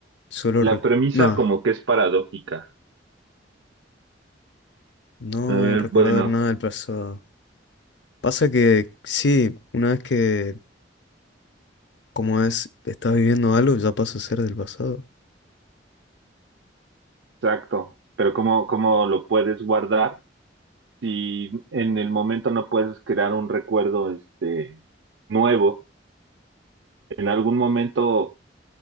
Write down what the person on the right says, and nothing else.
La
premisa
como que es paradójica.
A ver,
bueno,
exacto. Pero ¿cómo, cómo lo puedes guardar si en el momento no puedes crear un recuerdo este nuevo? En algún momento